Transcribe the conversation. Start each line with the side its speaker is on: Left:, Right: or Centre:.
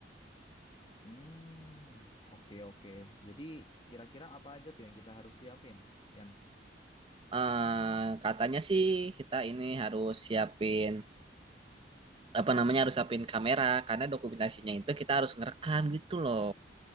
Left: Hmm, oke oke. Jadi kira-kira apa aja tuh yang kita harus siapin, Yan?
Right: Eh, katanya sih kita ini harus siapin apa namanya harus siapin kamera karena dokumentasinya itu kita harus ngerekam gitu loh.